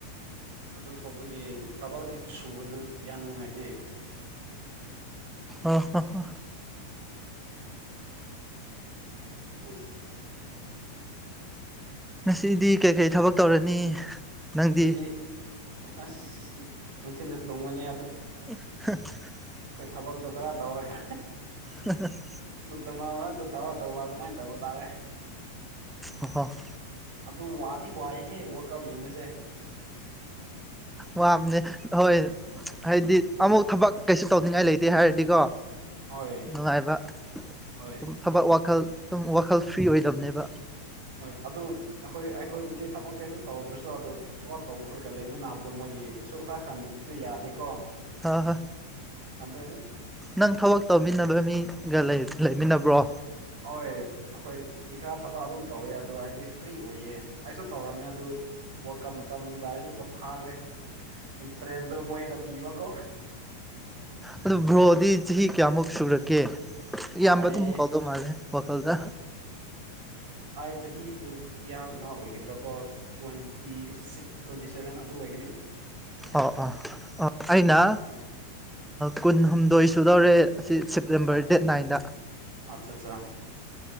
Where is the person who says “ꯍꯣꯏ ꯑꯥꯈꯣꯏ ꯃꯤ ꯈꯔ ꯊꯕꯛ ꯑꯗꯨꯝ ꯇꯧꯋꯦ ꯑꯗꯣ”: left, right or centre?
Right